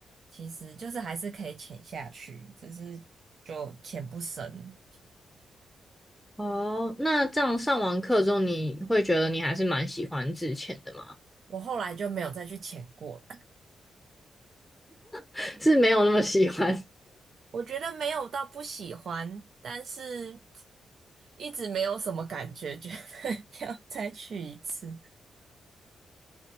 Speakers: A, on the right (about 65°); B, in the centre.
A: 其实就是还是可以潜下去，只是就潜不深。
B: 哦，那这样上完课之后，你会觉得你还是蛮喜欢之前的吗？
A: 我后来就没有再去潜过了。
B: <laughs> 是没有那么喜欢。
A: 我觉得没有到不喜欢，但是。一直没有什么感觉，觉得 <laughs> 要再去一次。